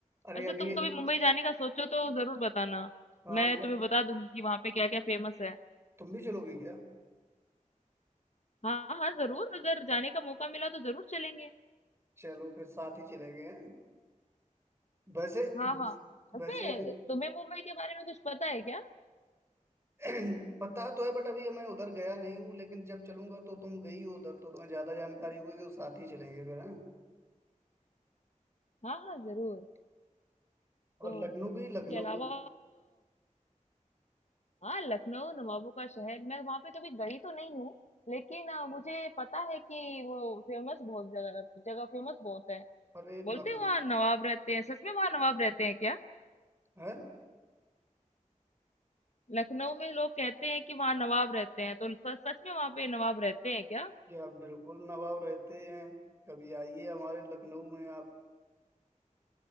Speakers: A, on the right (about 20°); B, on the left (about 55°).
A: अरे
B: वैसे
A: अभी
B: तुम कभी मुंबई जाने का सोचो तो जरूर बताना
A: हाँ
B: मैं
A: क्या
B: तुम्हें बता दूंगी कि वहां पे क्या क्या फेमस है
A: तुम भी चलोगे क्या
B: हाँ हाँ जरूर अगर जाने का मौका मिला तो जरूर चलेंगे
A: चलो फिर साथ ही चले गए हैं वैसे
B: हाँ हाँ वैसे
A: वैसे अभी
B: तुम्हें मुंबई के बारे में कुछ पता है क्या
A: <clears throat> पता तो है बट अभी मैं उधर गया नहीं हूँ लेकिन जब चलूंगा तो तुम गई हो उधर तो तुम्हें ज्यादा जानकारी होगी तो साथ ही चलेंगे फिर हैं
B: हाँ हाँ जरूर
A: और
B: तो
A: लखनऊ भी लखनऊ
B: उसके अलावा
A: भी-
B: हाँ लखनऊ नवाबों का शहर मैं वहां पे कभी गई तो नहीं हूँ लेकिन अ, मुझे पता है कि वो फेमस बहुत जगह जगह फेमस बहुत है
A: अरे
B: बोलते
A: लखनऊ
B: हैं वहाँ नवाब रहते हैं सच में वहाँ नवाब रहते हैं क्या
A: है
B: लखनऊ में लोग कहते हैं कि वहाँ नवाब रहते हैं तो सच सच में वहाँ पे नवाब रहते हैं क्या
A: जी आप बिल्कुल नवाब रहते हैं कभी आइए हमारे लखनऊ में आप